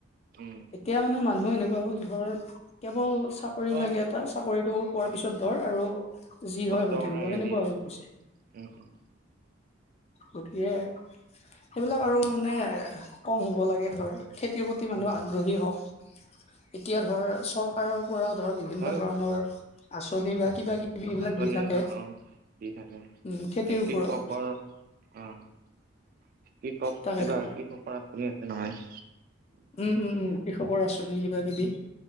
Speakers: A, on the right; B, on the left.
A: উম
B: এতিয়া মানে মানুহ এনেকুৱা হ'ল ধৰ কেৱল চাকৰি
A: কষ্ট
B: লাগে এটা চাকৰিটো পোৱাৰ
A: কষ্ট অ
B: পিছত ধৰ আৰু যি
A: কষ্ট
B: হয় হৈ
A: কৰা
B: থাকিব
A: এৰি
B: সেনেকুৱা
A: দিয়ে
B: হৈ গৈছে
A: উম উম
B: গতিকে সেইবিলাক আৰু মানে কম হ'ব লাগে ধৰ খেতিৰ প্ৰতি মানুহ
A: উম
B: আগ্ৰহী হওক এতিয়া ধৰ চৰকাৰৰ পৰাও ধৰ বিভিন্ন
A: হয়
B: ধৰণৰ আচনি বা কিবা কিবি এইবিলাক
A: আঁচনি
B: দি থাকে
A: বা অ দি থাকে
B: উম খেতিৰ
A: যে
B: ওপৰত
A: কৃষকৰ অ কৃষক
B: তাকেতো
A: কিবা কৃষকৰ আঁচনি আছে নহয়
B: উম উম উম কৃষকৰ আঁচনি কিবা কিবি